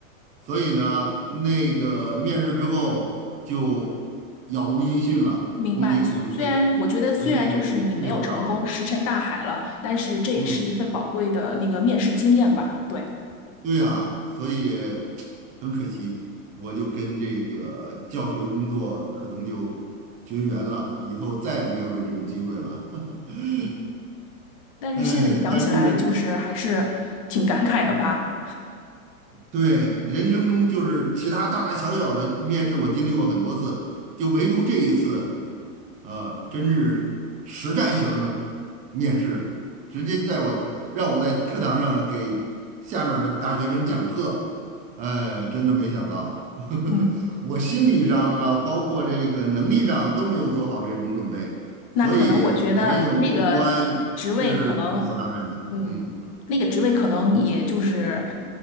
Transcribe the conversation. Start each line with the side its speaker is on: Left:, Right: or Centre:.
Right: 所以呢，那个面试之后就杳无音讯了，
Left: 明白，
Right: 估计可能被
Left: 虽虽然我觉得虽然就是你没有成功，
Right: 人家给忽悠掉了。
Left: 石沉大海了，但是这也是一份宝贵的那个面试经验吧？
Right: 嗯，
Left: 对。
Right: 对呀，所以很可惜，我就跟这个教学工作可能就绝缘了，以后再也没有这种机会了。<laughs>
Left: 但是现在想起来，
Right: 哎，但是
Left: 就是还是挺感慨的吧。
Right: 对，人生中就是其他大大小小的面试，我经历过很多次，就唯独这一次，呃，真是实战型儿的面试，直接在我让我在课堂上给下面儿的大学生讲课，哎，真的没想到，
Left: 嗯，
Right: <laughs> 我心理上啊，包括这个能力上都没有做好这种准备，
Left: 那可能我觉得那个职位可能，
Right: 所以没有过关是理所当然的，
Left: 嗯，
Right: 嗯。
Left: 那个职位可能也就是